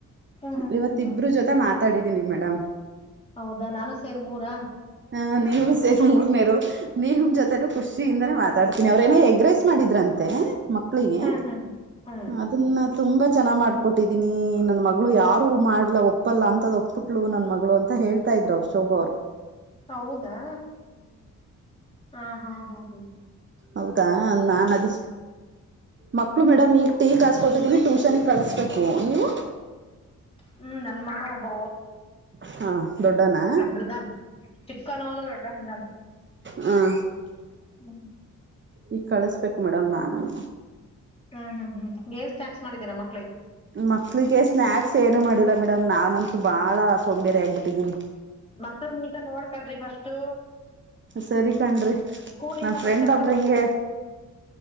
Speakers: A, on the left; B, on the right.
A: ಹ್ಮ್
B: ಇವತ್ತಬ್ರು
A: ಹ್ಮ್ ಹ್ಮ್
B: ಜೊತೆ ಮಾತ ಮಾತಾಡಿದೀನಿ ಮೇಡಮ್
A: ಹೌದಾ ನಾನು ಸೇರ್ ಮೂರಾ
B: ಹ ನೀವು ಸೇರ್ ಮೂರನೇರು ನೀಮ್ ಜೊತೆ ಖುಷಿಯಿಂದ ಮಾತಾಡ್ತೀನಿ ಅವ್ರ ಏನೇ ಎಗ್ರೆಸ್ ಮಾಡಿದ್ರಂತೆ ಮ ಮಳಿಗೆ
A: ಹ್ಮ್ ಹ್ಮ್ ಹ್ಮ್
B: ಅದನ್ನ ತುಂಬಾ ಚೆನ್ನಾಗಿ ಮಾಡ್ಕೊಟ್ಟಿದ್ದೀನಿ ನನ್ ಮಗಳು ಯಾರು ಮಾಡ್ಲ ಒಪ್ಪಲ್ಲ ಅಂತದ್ ಒಪ್ಪಟ್ಲು ನನ್ ಮಗಳು ಅಂತ ಹೇಳ್ತಾರೆ ಇದ್ರರು ಅವರು ಶೋಭಾ ಅವರು
A: ಹೌದಾ ಹಾ ಹಾ ಹ
B: ಹೌದಾ ನಾನ್ ಅದ ಮಕ್ಳು ಮೇಡಮ್ ಈಗ ಟೀ ಕಸ್ಕೊಟ್ಟಿದ್ದೀನಿ ಟ್ಯೂಷನ್ಿಗೆ ಕಳಿಸಬೇಕು ನೀವು
A: ಹ್ಮ್ ನನ್ ಮಗ ಒಬ್ಬ
B: ಹಾ ದೊಡ್ಡನಾ
A: ದೊಡ್ಡದ ಚಿಕ್ಕನ್ ಓದ ದೊಡ್ಡವನಿದಾನ್
B: ಹಾಂ
A: ಹ್ಮ್
B: ಈಗ ಕಳಿಸಬೇಕು ಮೇಡಮ್ ನಾನನು
A: ಹ್ಮ ಹ್ಮ ಹ್ಮ್ ಏನ್ ಸ್ನಾಕ್ಸ್ ಮಾಡೀರಮ್ಮ
B: ಮಕ್ಳಿಗೆ ಸ್ನಾಯಕ್ಸ್ ಏನು ಮಾಡಿಲ್ಲ ಮೇಡಮ್ ನಾನಂತೂ ಬಾಳ ಸೋಂಬ್ಯರ ಆಗಬಿಟ್ಟಿದೀನಿ
A: ಮಕ್ಳ ನೀಟ ನೋಡ್ಕಲ್ರಿ ಬಫಸ್ಟು
B: ಸರಿ ಕಣ್ರಿ
A: ಸ್ಕೂಲಿಂದ
B: ನನ್ ಫ್ರೆಂಡ್
A: ಬರ್ತಾರಾ
B: ಒಬ್ರು ಹಿಂಗೆ